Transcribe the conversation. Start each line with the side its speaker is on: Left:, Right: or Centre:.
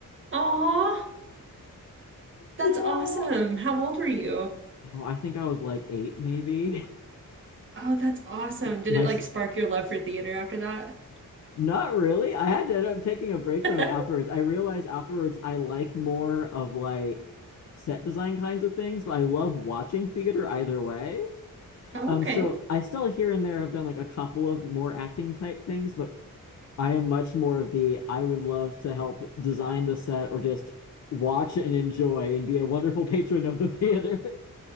Right: aw, that's
Left: Yeah.
Right: awesome. How old were you?
Left: Oh, I think I was like eight maybe.
Right: Oh, that's awesome.
Left: <laughs>
Right: Did
Left: My
Right: it
Left: s-
Right: like spark your love for theater after that?
Left: not really. I had to end up taking a break from it
Right: <laughs>
Left: afterwards. I realized afterwards I like more of like set design kinds of things, but I love watching theater either way.
Right: Oh,
Left: Um,
Right: okay.
Left: so I still here and there have done like a couple of more acting type things, but I am much more of the I would love to help design the set or just watch and enjoy and be a wonderful patron of the theater. <laughs>